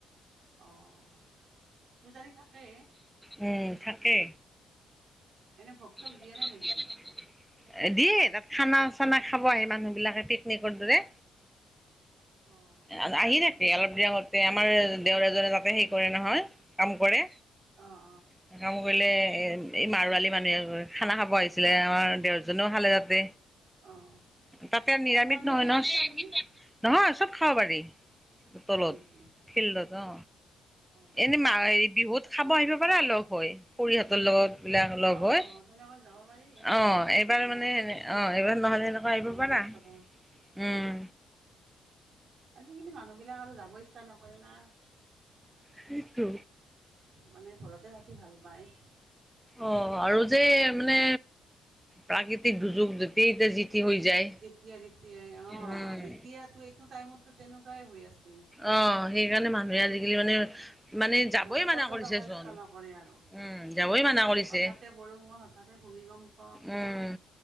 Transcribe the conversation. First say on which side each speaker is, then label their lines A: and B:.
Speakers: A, on the right (about 55°); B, in the centre.
A: অ', পূজাৰী থাকে
B: উম থাকে
A: এনে ভোগ
B: <unintelligible>
A: চোগ দিয়ে নে নিদিয়ে?
B: দিয়ে তাত খানা চানা খাব আহি মানুহ বিলাকে পিকনিকৰ দৰে
A: অ',
B: আ আহি থাকে অলপ দিন আগতে আমাৰ দেওৰ এজনে তাতে সেই কৰে নহয় কাম কৰে
A: অ',
B: অ বোলে এ, এই মাৰোৱলি মানুহে খানা খাব আহিছিলে আমাৰ দেওৰজনেও খালে তাতে।
A: অ', অ',
B: তাতে
A: ভোগ
B: নিৰামিষ
A: মানে
B: নহয় নহ
A: খিচাৰি
B: নহয় চ খাব পাৰি তলত
A: হয় নেকি?
B: ফিল্ডত অ
A: অ',
B: এনে মা হেৰি বিহুত খাব আহিব পাৰ এতে লগ হৈ খৰিহঁতৰ লগত বিলাক
A: অ',
B: লগ হৈ
A: অ', তেনেকৈ যাব পাৰি
B: অ, এইবাৰ
A: কেতিয়াবা
B: মানে এনে অ, এইবাৰ নহলে এনেকুৱা আহিব
A: বনভোজ
B: পাৰা।
A: খাব
B: উম
A: আজিকালি মানুহ বিলাক আৰু যাব ইচ্ছা নকৰে না
B: সেইটো
A: মানে ঘৰতে থাকি ভাল পাই।
B: অ' আৰু যে এ মানে প্ৰাকৃতিক দুৰ্যোগ, যতে এতিয়া যি টি হৈ যায়
A: যেতিয়াই তেতিয়াই অঁ,
B: উম।
A: এতিয়াটো এইটো টাইমতো তেনেকুৱাই হৈ আছে।
B: অঁ সেইকাৰণে মানুহে আজিকালি মানে যাবই
A: মানে
B: মানা
A: কতো
B: কৰিছে
A: যাব ইচ্ছা
B: চোন।
A: নকৰে আৰু।
B: উম, যাবই মানা কৰিছে
A: হঠাতে বৰষুণ হঠাতে ভূমিকম্প
B: উম।